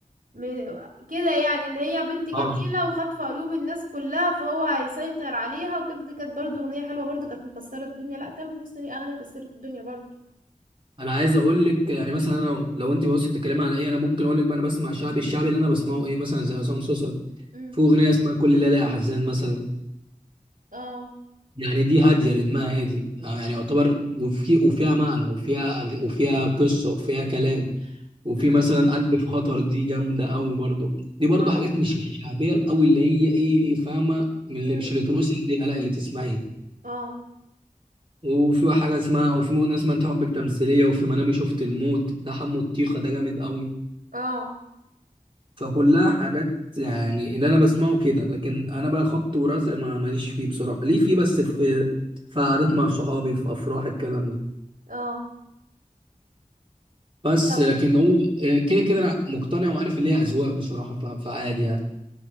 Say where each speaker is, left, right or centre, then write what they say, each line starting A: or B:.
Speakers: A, on the right (about 75°); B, on the right (about 35°).
A: م- كده يعني ان هي بنت جميلة
B: اه
A: وخاطفة قلوب الناس كلها فهو هيسيطر عليها وكده دي كانت برضو اغنية حلوة برضو كانت مكسرة الدنيا لا تامر حسني ليه اغاني كسرت الدنيا برضو
B: انا عايز اقول لك يعني مثلا انا لو انت بص بتتكلمي على ايه انا ممكن اقول لك بقى انا بسمع شعبي الشعبي اللي انا بسمعه ايه مثلا زي عصام صوصه
A: امم
B: في اغنيه اسمها كل ليله يا حزان مثلا
A: اه
B: يعني دي هادية رتمها هادي آه، يعني يعتبر وفي وفيها معنى وفيها أغ- وفيها قصة وفيها كلام وفي
A: امم
B: مثلا قلب في خطر دي جامدة أوي برضو دي برضو
A: اه
B: حاجات مش الشعبية الأوي اللي هي إيه فاهمة من اللي
A: امم
B: مش اللي ترقصي عليها لا اللي تسمعيها
A: اه
B: وفي حاجة اسمها أو في أغنية اسمها أنت حبك تمثيلية وفي منامي شفت الموت ده حمو الطيخة ده جامد أوي
A: اه
B: فكلها حاجات يعني اللي أنا بسمعه كده لكن أنا بقى خبط ورزق ما ماليش فيه بصراحة ليه فيه بس في في قعدات مع صحابي في أفراح الكلام ده
A: اه
B: بس
A: طب
B: لكن هو آه، كده كده انا مقتنع وعارف ان هي اذواق بصراحه ف- فعادي يعني